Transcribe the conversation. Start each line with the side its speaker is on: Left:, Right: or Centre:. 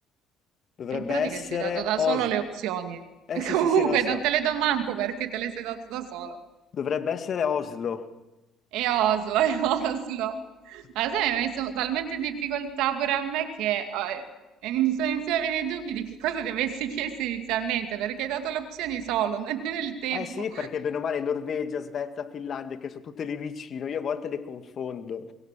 Left: Dovrebbe
Right: in pratica
Left: essere
Right: ti sei dato da
Left: Oslo.
Right: solo le opzioni.
Left: Eh
Right: <laughs>
Left: sì,
Right: Comunque,
Left: sì, sì, lo so.
Right: non te le do manco perché te le sei dato da solo.
Left: Dovrebbe essere Oslo.
Right: E Oslo, <laughs> e Oslo.
Left: Ok, ok.
Right: Ma sai, mi ha messo talmente in difficoltà pure a me che eh, e mi sono iniziati a venire i dubbi di che cosa ti avessi chiesto inizialmente, perché hai dato le opzioni solo, <laughs> nemmeno il tempo.
Left: Eh sì, perché bene o male Norvegia, Svezia, Finlandia, che sono tutte lì vicino, io a volte le confondo.